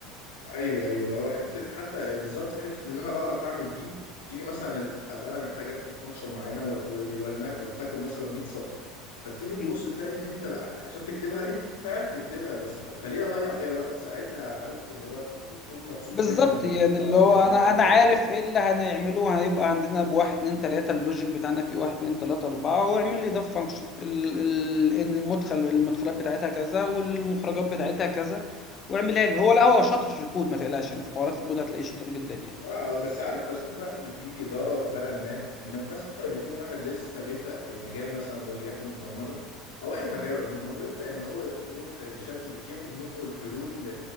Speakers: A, on the left; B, on the left.
A: ايوه ايوه هو حته حتى بالظبط في حته ان انا بعرف اعمل دي تيجي مثلا ال- ابقى انا محتاج اكتب فانكشن معينه وال- وال- ولن- ولتكن مثلا 100 سطر فبتيجي تبص
B: مم.
A: تلاقي ان انت لا عشان تكتبها انت عارف تكتبها بس خ- فليه اضيع فيها وقت ساعتها عارف اللي هو بتكون مبسوط
B: بالظبط
A: جدا ان
B: يعني
A: اخترعوا
B: اللي هو
A: الذكاء
B: انا
A: الاصطناعي
B: انا عارف
A: ده
B: ايه اللي هنعمله هيبقى عندنا بواحد اتنين تلاته اللوجيك بتاعنا فيه واحد اتنين تلاته اربعه واعمل لي ده فانكشن المدخل المدخلات بتاعتها كذا والمخرجات بتاعتها كذا واعملها لي هو لا هو شاطر في الكود ما تقلقش يعني في حوارات الكود هتلاقيه شاطر جدا يعني
A: اه آه، بس عارف بشوف بقى ان في ضرر بقى ما ان مثلا يكون واحد لسه بيبدا في مجال مثلا وليكن البرمجه او اي مجال عموما ويبدا ان هو يروح لشات جي بي تي ياخد منه الحلول